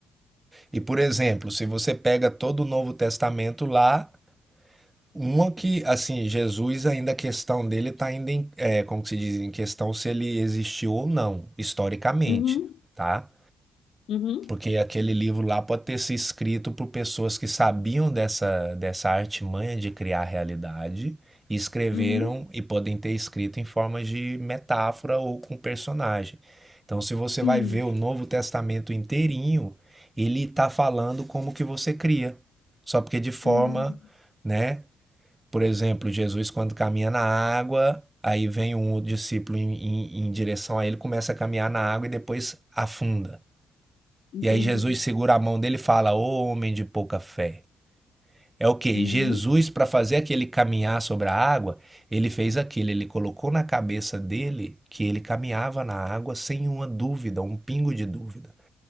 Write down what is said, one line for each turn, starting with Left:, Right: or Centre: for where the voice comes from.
Right: E, por exemplo, se você pega todo o Novo Testamento lá, uma que, assim, Jesus ainda a questão dele está ainda em, é, como se diz, em questão se ele existiu ou não, historicamente,
Left: Uhum,
Right: tá?
Left: uhum,
Right: Porque aquele livro lá pode ter sido escrito por pessoas que sabiam dessa, dessa artimanha de criar realidade e escreveram
Left: uhum,
Right: e podem ter escrito em forma de metáfora ou com personagem. Então, se você
Left: sim,
Right: vai ver o Novo Testamento inteirinho, ele está falando como que você cria. Só porque de forma,
Left: hum,
Right: né? Por exemplo, Jesus quando caminha na água, aí vem um outro discípulo em, em, em direção a ele, começa a caminhar na água e depois afunda.
Left: entendi.
Right: E aí Jesus segura a mão dele e fala: Ô homem de pouca fé. É o que?
Left: Uhum,
Right: Jesus, para fazer aquele caminhar sobre a água, ele fez aquilo, ele colocou na cabeça dele que ele caminhava na água sem uma dúvida, um pingo de dúvida.